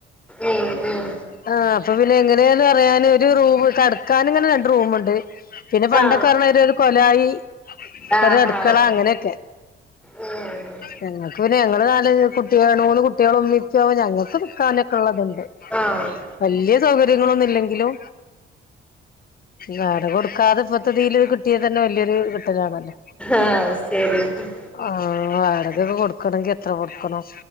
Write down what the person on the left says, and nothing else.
ആഹ് അപ്പ പി എങ്ങനേന്ന് പറയാന് ഒര് റൂമ് കെടക്കാൻ ഇങ്ങനെ രണ്ട് റൂമിണ്ട് പിന്നെ പണ്ട
ത്തോരോരു കൊലായി
ഒരു അടുക്കള
അങ്ങനേക്കെ
ഞങ്ങക്ക് പിന്നെ ഞങ്ങള് നാല് കുട്ടികള് മൂന്ന് കുട്ടികളും ഉമ്മി. <unintelligible> ഞങ്ങക്ക് നിക്കാനൊക്കെ ഇള്ളതെണ്ട്.
വല്യ സൗകര്യങ്ങളൊന്നു ഇല്ലെങ്കിലും വാടക കൊടുക്കാതെ ദ്ധതില് കിട്ടിയതന്നെ വലിയൊരു കിട്ടലാണല്ലെ
ആ വാടകക്കെ കൊടുക്കണെങ്കി എത്ര കൊടുക്കണം